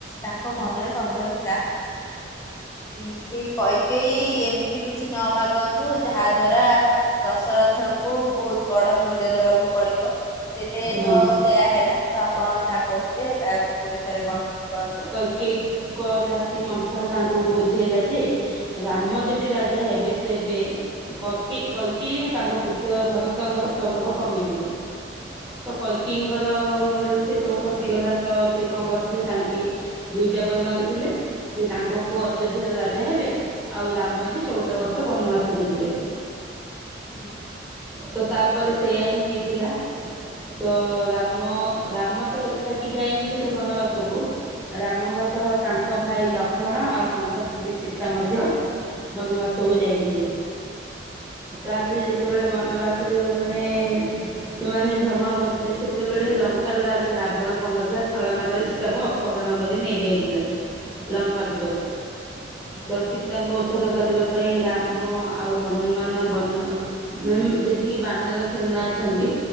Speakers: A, on the left (about 15°); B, in the centre.
A: ତାଙ୍କ ମନରେ ସନ୍ଦେହ ଥିଲା। ହୁଁ କୈକେଇ ଏମିତି କିଛି ନ ମାଗନ୍ତୁ ଯାହା ଦ୍ଵାରା ଦଶରଥଙ୍କୁ ବହୁତ ବଡ଼ ମୂଲ୍ୟ ଦେବାକୁ ପଡିବ। ଦିନେ
B: ହଁ
A: ତ ସେୟା ହେଲା ତ ଆପଣ ଯାହା କହୁଥିଲେ ତାକୁ ପୁଣି ଥରେ କଣ୍ଟିନ୍ୟୁ କରନ୍ତୁ।
B: କେ ଏକ ଦାସୀ ମଥ ତାଙ୍କୁ ବୁଝେଇଲା ଯେ ରାମ ଯଦି ରାଜା ହେବେ ତେବେ କକେଇ କୈକେଇ ଓ ତାଙ୍କ ପୁତ୍ର ଭଗତ୍ ପତଙ୍ଗର ପ୍ରଭାବ କମିଯିବ। ତ କୈକେଇଙ୍କର ମୁଣ୍ଡରେ ସେ ସବୁ ପଶିଗଲା ତ ସେ କଣ କରିଥିଲେ ତାଙ୍କେ। ଦୁଇଟା ବର ମାଗିଥିଲେ ଯେ ତାଙ୍କ ପୁଅ ଅଯୋଧ୍ୟାର ରାଜା ହେବେ। ଆଉ ରାମଜେ ଚଉଦ ବର୍ଷ ବନବାସକୁ ଯିବେ।
A: ହୁଁ ହୁଁ।
B: ତ ତାପରେ ସେଇୟା ହିଁ ହେଇଥିଲା। ତ ରାମ ରାମ ତ ଏକାକି ଯାଇନଥିଲେ ବନବାସକୁ। ରାମଙ୍କ ସହ ତାଙ୍କ ଭାଇ ଲକ୍ଷ୍ମଣ ଆଉ ତାଙ୍କ ସ୍ତ୍ରୀ ସୀତା ମଧ୍ୟ ବନବାସକୁ ଯାଇଥିଲେ। ତାପରେ ଯେତେବେଳେ ବନବାସରେ ମାନେ ସେମାନେ ଭ୍ରମଣ କରୁଥିଲେ ସେତେବେଳେ ଲଙ୍କାର ରାଜା ରାବଣ କଣ କରିଥିଲା। ଛଳନା କରି ସୀତା କୁ ଅପହରଣ କରି ନେଇ ଯାଇଥିଲା ଲଙ୍କା ପୁୁରକୁ।
A: ହୁଁ।
B: ତ ସୀତାଙ୍କୁ ଉଦ୍ଧାର କରିବା ପାଇଁ ରାମ ଆଉ ହନୁମାନ ବର୍ଣ୍ଣ ମାନେ ଯେତିକି ବାନର ସେନା ଅଛନ୍ତି।